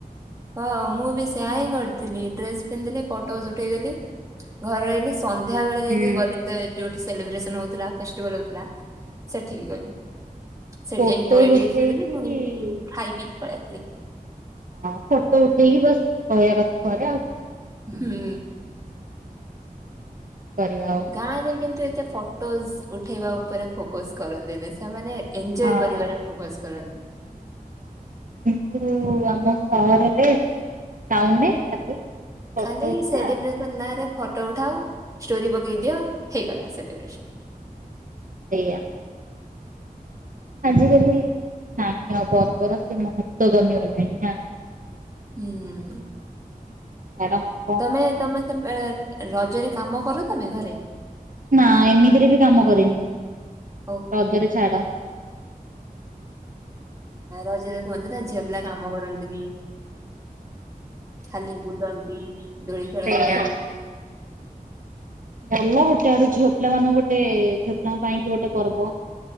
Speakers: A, on the right (about 20°); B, on the right (about 60°).
A: ହଁ ମୁଁ ବି ସେୟା ହିଁ କରିଥିଲି, ଡ୍ରେସ୍ ପିନ୍ଧିଲି ଫଟୋଜ୍ ଉଠେଇ ଦେଲି ଘରେ ରହିଲି। ସନ୍ଧ୍ୟାବେଳେ ଯାଇଁକି
B: ହୁଁ।
A: ଗଲି ସେ ଯୋଉଠି ସେଲିବ୍ରେସନ ହଉଥିଲା ଫେଷ୍ଟିଭାଲ୍ ହଉଥିଲା ସେଠିକି ଗଲି। ସେଠି
B: ଫୋଟୋ
A: ଯାଇଁକି ଦୋଳି ଟିକେ
B: ଉଠେଇକି
A: ଖେଳିଦେଲି ପୁଣି
B: ହଁ
A: ଖାଇପିଇକ୍ ପଳେଇ ଆସିଲି।
B: ହଁ ଫଟୋ ଉଠେଇକି ବାସ୍ ରହିବା କଥା ଘରେ ଆଉ। ନାହିଁ
A: ହୁଁ
B: କଣ କରିବା ଆଉ।
A: ଗାଁରେ କିନ୍ତୁ ଏତେ ଫଟୋଜ୍ ଉଠେଇବା ଉପରେ ଫୋକସ୍ କରନ୍ତିନି ସେମାନେ ଏଞ୍ଜୟେ
B: ହଁ।
A: କରିବାରେ ଫୋକସ୍ କରନ୍ତି।
B: କିନ୍ତୁ ଆମ ସହରରେ ଟାଉନରେ ଖାଲି ଫଟୋ
A: ଖାଲି
B: ଉଠା
A: ସେଲିବ୍ରେସନ ନାଁରେ ଫଟୋ ଉଠାଅ, ଷ୍ଟୋରି ପକେଇ ଦିଅ ହେଇଗଲା ସେଲିବ୍ରେସନ।
B: ସେଇଆ। ଆଜିକାଲି କିଛି ନାହିଁ ଆଉ ପର୍ବର ସେ ମହତ୍ଵ କମିଗଲାଣି ନା?
A: ହୁଁ
B: ମ୍ୟାଡ଼ାମ।
A: ତମେ ତମେ ସେ ରଜରେ କାମ କର ତମେ ଘରେ?
B: ନା ଏମିତିରେ ବି କାମ କରେନି ମୁଁ।
A: ଓହୋ
B: ରଜରେ ଛାଡ।
A: ରଜରେ କୁହନ୍ତି ନା ଝିଅ ପିଲା କାମ କରନ୍ତିନି। ଖାଲି ବୁଲନ୍ତି, ଦୋଳି ଖେଳନ୍ତି।
B: ସେଇଆ ଭଲ ଗୋଟେ ଆଡେ ଝିଅ ପିଲା ମାନଙ୍କୁ ଗୋଟେ ଝିଅ ପିଲାଙ୍କ ପାଇଁ କି ଗୋଟେ ପର୍ବ।